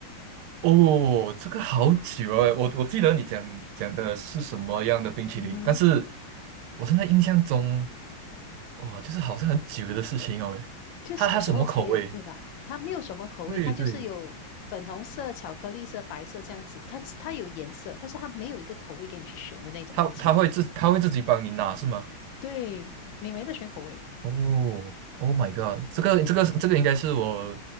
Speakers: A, on the right; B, on the left.
A: 哦，这个好久哦，我我记得你讲讲的是什么样的冰淇淋，
B: 嗯哼。
A: 但是我现在印象中，哇，就是好像很久的事情哦喂，
B: 就小时候才有，
A: 它它什么口味？
B: 对吧？它没有什么口味，
A: 对对，
B: 它就是有粉红色、巧克力色、白色这样子。它只它有颜色，但是它没有一个口味给你去选的那种冰淇淋。
A: 它它会自它会自己帮你拿是吗？
B: 对，你没得选口味，
A: 哦，Oh my god，这个这个这个应该是我